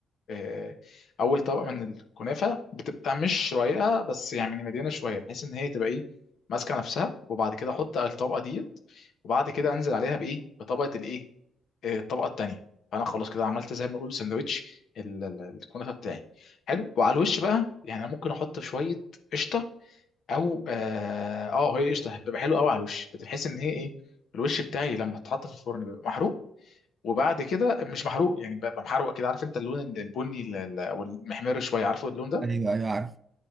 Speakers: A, on the left; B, on the right.
A: آه، اول طبقه من الكنافه بتبقى مش رقيقه بس يعني مليانه شويه بحيث ان هي تبقى ايه ماسكه نفسها وبعد كده احط الطبقه دي وبعد كده انزل عليها بايه بطبقه الايه آه، الطبقه التانيه فانا خلاص كده عملت زي ما نقول سندوتش ال- ال- الكنافه بتاعي حلو وعلى الوش بقى يعني أنا ممكن احط شويه قشطه او اه آه، هي قشطه بتبقى حلوه قوي على الوش بتحس ان هي ايه الوش بتاعي لما اتحط في الفرن بيبقى محروق وبعد كده مش محروق يعني بيبقى محروق كده عارف انت اللون البني ال- ال- او المحمر شويه عارفه اللون ده
B: ايوه ايوه عارف